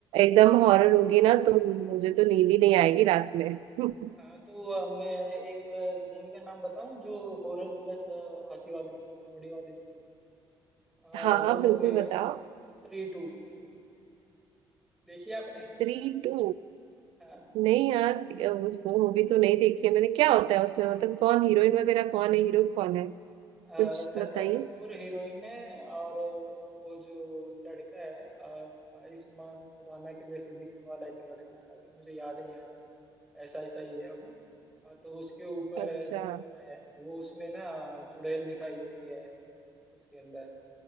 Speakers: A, on the right; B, in the centre.
A: एकदम हॉरर होगी ना तो मुझे तो नींद ही नहीं आएगी रात में <laughs>
B: हाँ तो आ, मैं एक मूवी का नाम बताऊं जो हॉरर प्लस हंसी वाली थी कॉमेडी वाली थी आ,
A: हाँ
B: वो
A: हाँ बिल्कुल
B: मूवी है
A: बताओ
B: स्त्री टू देखी आपने
A: Three to
B: हाँ
A: नहीं यार उस वो मूवी तो नहीं देखी है मैंने क्या होता है उसमें मतलब कौन हीरोइन वगैरह कौन है हीरो कौन है कुछ
B: आ, श्रद्धा
A: बताइए
B: कपूर हीरोइन है और अ, वो जो लड़का है आ, आयुष्मान खुराना के जैसे दिखने वाला एक लड़का है अभी मुझे याद नहीं आ रहा ऐसा ऐसा ही है वो हाँ तो उसके ऊपर
A: अच्छा
B: मूवी बनाया है वो उसमें ना चुड़ैल दिखाई होती है उसके अंदर